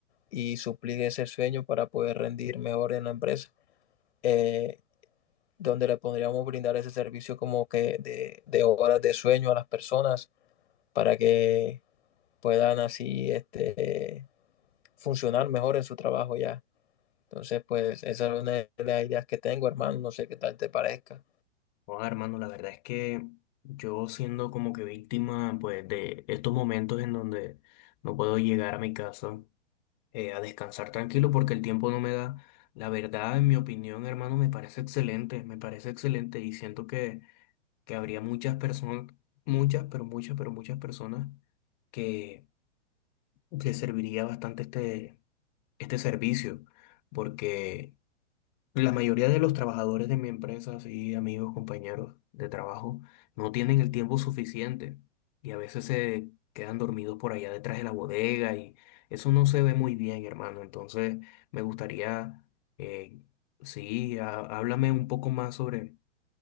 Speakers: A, on the left (about 65°); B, on the left (about 40°).
A: y suplir ese sueño para poder rendir mejor en la empresa, eh, donde le podríamos brindar ese servicio como que de, de horas de sueño a las personas para que puedan así este, funcionar mejor en su trabajo ya. Entonces, pues esa es una de las ideas que tengo, hermano, no sé qué tal te parezca.
B: Joder, hermano, la verdad es que yo siendo como que víctima pues de estos momentos en donde no puedo llegar a mi casa eh, a descansar tranquilo porque el tiempo no me da. La verdad, en mi opinión, hermano, me parece excelente, me parece excelente y siento que que habría muchas personas, muchas, pero muchas, pero muchas personas que les serviría bastante este, este servicio, porque la mayoría de los trabajadores de mi empresa, sí, amigos, compañeros de trabajo, no tienen el tiempo suficiente y a veces se quedan dormidos por allá detrás de la bodega y eso no se ve muy bien, hermano. Entonces, me gustaría, eh, sí, há- háblame un poco más sobre